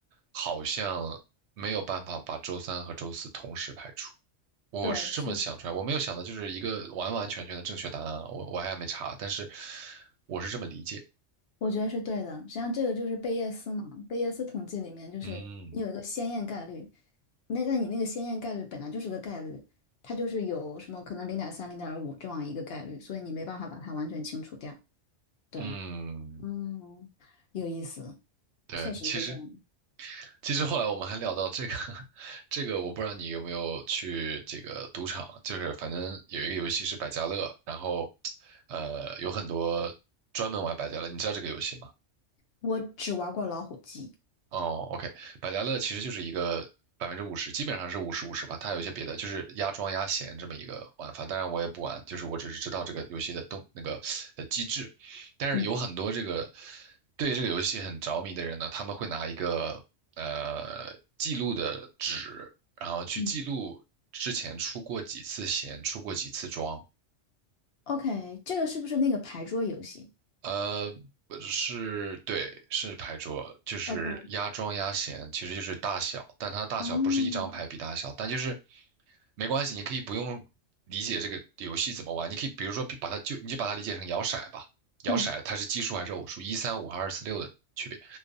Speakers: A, on the right (about 70°); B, on the left (about 65°).
A: 好像没有办法把周三和周四同时排除。我是这么想出来，
B: 对，是，
A: 我没有想到就是一个完完全全的正确答案啊，我我还没查，但是我是这么理解。
B: 我觉得是对的。实际上，这个就是贝叶斯嘛，贝叶斯统计里面就是你有一个先验概率，
A: 嗯
B: 那那你那个先验概率本来就是个概率，它就是有什么可能零点三、零点五这样一个概率，所以你没办法把它完全清除掉。对，
A: 嗯，
B: 嗯，有意思，
A: 对，
B: 确实是这样。
A: 其实其实后来我们还聊到这个，<laughs> 这个我不知道你有没有去这个赌场，就是反正有一个游戏是百家乐，然后呃有很多专门玩百家乐，你知道这个游戏吗？
B: 我只玩过老虎机。
A: 哦，OK，百家乐其实就是一个百分之五十，基本上是五十五十吧。它有一些别的，就是压庄压闲这么一个玩法。当然我也不玩，就是我只是知道这个游戏的动那个呃机制。但是有很多这个
B: 嗯
A: 对这个游戏很着迷的人呢，他们会拿一个呃记录的纸，然后去记录之前出过几次闲，
B: 嗯。
A: 出过几次庄，
B: OK，这个是不是那个牌桌游戏？
A: 呃，不是，对，是牌桌，就是压庄压闲，
B: OK，
A: 其实就是大小，但它大小不是一张牌比大小，
B: 哦，
A: 但就是没关系，你可以不用理解这个游戏怎么玩，你可以比如说把它就你就把它理解成摇骰吧，摇骰它是奇数还是偶数，
B: 嗯
A: 一三五和二四六的区别，